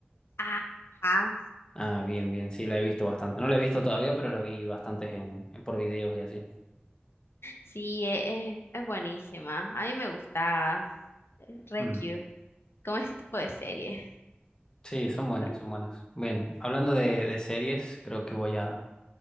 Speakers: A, on the left; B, on the left.
A: Ajá.
B: Ah, bien, bien, sí, la he visto bastante. No la he visto todavía, pero la vi bastantes en, en- por videos y así.
A: Sí, e- es, es buenísima. A mí me gustaba. eh, Re
B: Mm.
A: cute. Como ese tipo de serie.
B: Sí, son buenas,
A: Pero
B: son buenas. Bien, hablando de, de series, creo que voy a,